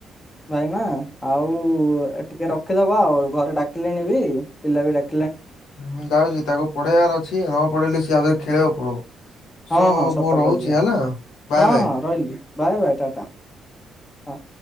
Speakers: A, on the left; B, on the left.
A: ଭାଇନା ଆଉ ଟିକେ ରଖିଦବା ହଉ ଘରେ ଡାକିଲେଣି ବି ପିଲା ବି ଡାକ
B: ମୁଁ ଯାଉଛି ତାକୁ ପଢେଇବାର ଅଛି, ନ ପଢେଇଲେ ସିଏ ଆଉଥରେ ଖେଳିବାକୁ ପଳେଇବ।
A: ହଁ
B: ସୋ
A: ହଁ ସତ
B: ମୁଁ ରହୁଛି
A: କହିଲେ
B: ହେଲା ବାଏ
A: ହଁ
B: ବାଏ।
A: ହଁ ରହିଲି। ବାଏ ବାଏ ଟାଟା ହଁ।